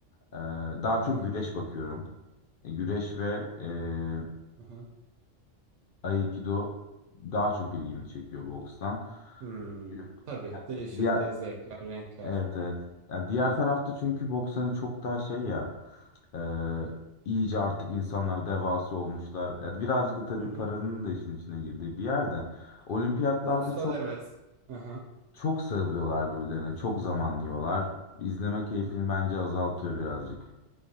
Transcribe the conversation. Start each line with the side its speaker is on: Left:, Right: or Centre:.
Left: E, daha
Right: Hı
Left: çok
Right: hı
Left: güreş bakıyorum. E, güreş ve e,
Right: hı hı.
Left: Aikido daha çok ilgimi çekiyor bokstan.
Right: Hmm,
Left: Çünkü,
Right: Tabii
Left: yani
Right: değişir
Left: diğer
Right: de zevkler, renkler.
Left: evet evet. Yani diğer tarafta çünkü boks hani çok daha şey ya. Ee, iyice artık insanlar devası olmuşlar. Yani birazcık da tabii
Right: Hı hı.
Left: paranın da işin içine girdiği bir yerde. Olimpiyatlarda
Right: Boksta
Left: çok
Right: da evet. Hı hı.
Left: çok sarılıyorlar birbirlerine. Çok zaman yiyorlar. İzleme keyfini bence azaltıyor birazcık.